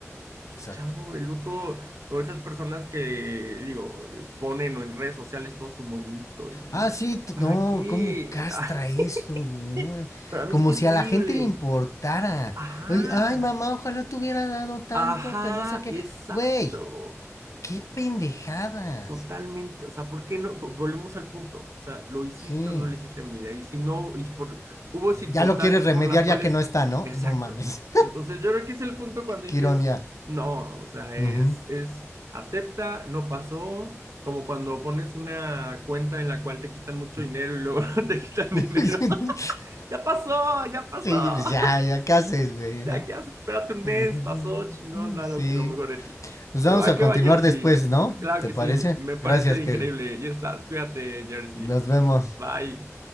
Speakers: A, on the left; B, on the right.
A: exacto.
B: Chavo, el luto, o esas personas que, digo, eh, ponen en redes sociales todo su monito, y
A: Ah, sí, t-
B: ¿para
A: no,
B: qué?
A: cómo castra
B: <laughs>
A: esto, no,
B: Para mí
A: como
B: es terrible.
A: si a la gente le importara.
B: Ajá,
A: Oye, ay, mamá, ojalá te hubiera dado tanto,
B: ajá,
A: que no sé qué.
B: exacto.
A: Güey, qué pendejadas.
B: Totalmente, o sea, ¿por qué no? Volvemos al punto, o sea, ¿lo hiciste
A: Sí,
B: o no lo hiciste en vida? Y si no, y por, hubo circunstancias
A: ya lo quieres remediar
B: por las cuales,
A: ya que no está, ¿no?
B: exacto.
A: No mames,
B: Entonces, yo creo que es el punto
A: <laughs>
B: cuando
A: qué
B: dices,
A: ironía.
B: no, o sea, es,
A: Ujú.
B: es, acepta, no pasó, como cuando pones una cuenta en la cual te quitan mucho dinero y luego <laughs> te quitan dinero.
A: <laughs>
B: <laughs> Ya pasó, ya pasó
A: Sí, pues ya, ya, ¿qué haces, güey?
B: ya,
A: no?
B: ¿qué haces? Espérate un mes,
A: <laughs>
B: pasó, chingón, da
A: Sí.
B: lo, que lo mejor de ti.
A: Nos vamos
B: Pero va
A: a
B: que
A: continuar
B: va, Jersey.
A: después, ¿no?
B: Claro
A: ¿Te
B: que
A: parece?
B: sí, me parece
A: Gracias, Kerry.
B: increíble. Ya estás, cuídate, Jersey.
A: Nos vemos.
B: Bye.